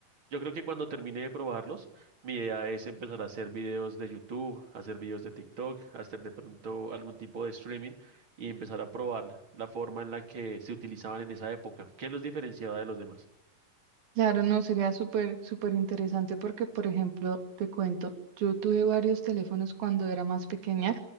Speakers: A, on the right; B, on the right.
A: Yo creo que cuando termine de probarlos, mi idea es empezar a hacer videos de YouTube, hacer videos de TikTok, hacer de pronto algún tipo de streaming y empezar a probar la forma en la que se utilizaban en esa época, qué los diferenciaba de los demás.
B: Claro, no, sería súper, súper interesante porque, por ejemplo, te cuento, yo tuve varios teléfonos cuando era más pequeña